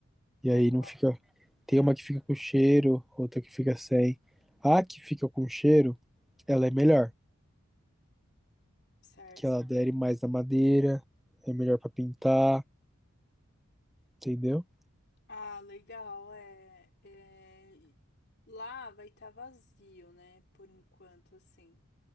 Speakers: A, in the centre; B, on the left.
A: E
B: Aí,
A: aí não fica. Tem
B: ah,
A: uma que fica com cheiro, outra que fica sem. A que fica com cheiro, ela é melhor.
B: certo.
A: Que ela adere mais na madeira, é melhor pra pintar, entendeu?
B: Ah, legal. É, é... Lá vai estar vazio, né? Por enquanto, assim.